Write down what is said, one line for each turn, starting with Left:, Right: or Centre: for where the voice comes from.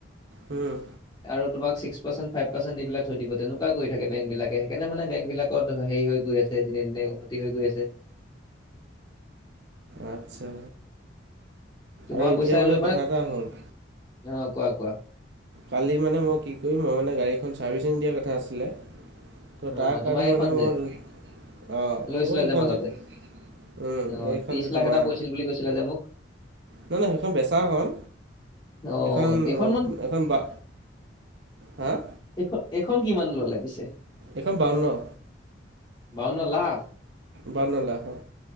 Right: উম।
Left: আৰু তোমাক ছিক্স পাৰ্চেণ্ট, ফাইভ পাৰ্চেণ্ট দি পেলাই থৈ দিব। তেনেকুৱা কৰি থাকে বেংবিলাকে। সেইকাৰণে মানে বেংকবিলাকত সেই হৈ গৈ আছে দিনে দিনে উন্নতি হৈ গৈ আছে।
Right: আচ্ছা
Left: তোমাৰ
Right: আৰু এতিয়া
Left: পইচা
Right: মানে
Left: লৈ
Right: কথা এটা হ'ল।
Left: অ কোৱা, কোৱা।
Right: কালি মানে মই কি কৰিম, মই মানে গাড়ীখন চাৰ্ভিচিং দিয়াৰ কথা আছিলে। ত'
Left: অ
Right: তাৰ
Left: তোমাৰ
Right: কাৰণে
Left: এইখন
Right: মানে
Left: যে
Right: মোৰ যোন অ
Left: লৈছিলা
Right: মোৰ এইখন
Left: মাজতে
Right: যে উম
Left: অ',
Right: এইখন
Left: ত্ৰিশ
Right: যে
Left: লাখ
Right: তোমাৰ
Left: এটা পৰিছিল বুলি কৈছিলা যে মোক।
Right: নহয় নহয় সেইখন বেচা খন,
Left: অ',
Right: এখন
Left: এইখন
Right: উম
Left: মান
Right: খন বা হাঁ?
Left: এইখ এইখন কিমান ল'লে পিছে?
Right: এইখন বাৱন্ন।
Left: বাৱন্ন লাখ?
Right: বাৱন্ন লাখ অ।